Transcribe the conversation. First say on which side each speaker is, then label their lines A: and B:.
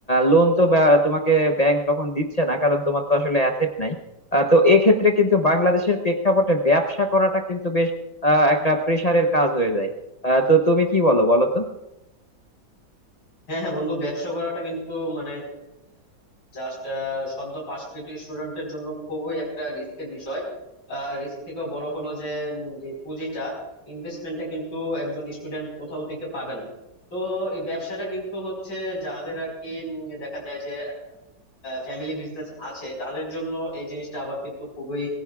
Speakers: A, on the left; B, on the left.
A: লোন তো ব্যা- তোমাকে ব্যাংক তখন দিচ্ছে না কারণ তোমার তো আসলে অ্যাসেট নাই আহ, তো এক্ষেত্রে কিন্তু বাংলাদেশের প্রেক্ষাপটে ব্যবসা করাটা কিন্তু বেশ আহ, একটা প্রেসারের কাজ হয়ে যায় আহ, তো তুমি কি বলো বলো তো
B: হ্যাঁ হ্যাঁ বন্ধু ব্যবসা করাটা কিন্তু মানে জাস্ট সদ্য পাশকৃত স্টুডেন্টের জন্য খুবই একটা রিস্কের বিষয় আর রিস্ক থেকেও বড় হলো যে উম, যে পুঁজিটা ইনভেস্টমেন্টটা কিন্তু একজন স্টুডেন্ট কোথাও থেকে পাবে না তো এই ব্যবসাটা কিন্তু হচ্ছে যাদের আর কি উম, দেখা যায় যে ফ্যামিলি বিজনেস আছে তাদের জন্য এই জিনিসটা আবার কিন্তু খুবই